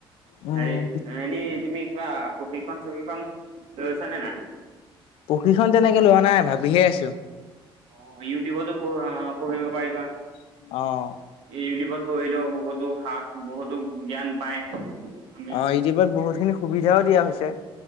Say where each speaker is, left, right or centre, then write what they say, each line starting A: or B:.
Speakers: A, on the left (about 75°); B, on the right (about 80°).
A: উম,
B: হেৰিত এনে তুমি কিবা পশিক্ষণখন চশিক্ষণখন লৈছা নে নাই?
A: প্ৰশিক্ষণ তেনেকে লোৱা নাই ভাবিহে আছো।
B: অ' ইউটিউবতো পঢ পঢ়িব পাৰিবা
A: অ',
B: এই ইউটিউবত কৰিলেও বহুতো সাহ বহুতো জ্ঞান পায়। আমি
A: অ ইটিপত বহুতখিনি সুবিধাও দিয়া হৈছে।